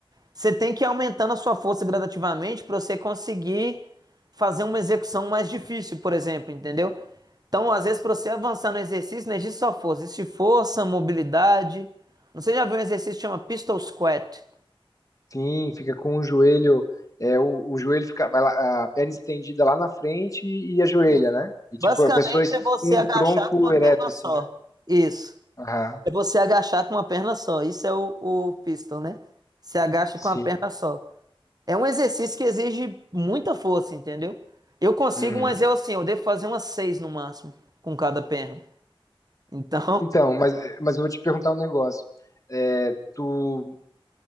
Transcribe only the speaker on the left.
Sim, fica com o joelho, é, o, o joelho fica, vai lá, a perna estendida lá na frente e, a joelha,
né? E tipo,
a pessoa es-
com
o tronco
ereto,
assim,
né?
Aham,
sim.
Uhum.
Então, mas, mas eu vou te perguntar um negócio. É, tu,